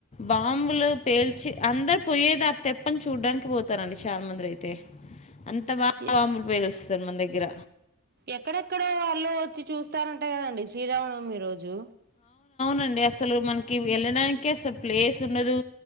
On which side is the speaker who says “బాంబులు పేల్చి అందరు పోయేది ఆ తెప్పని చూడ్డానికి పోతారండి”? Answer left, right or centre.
Left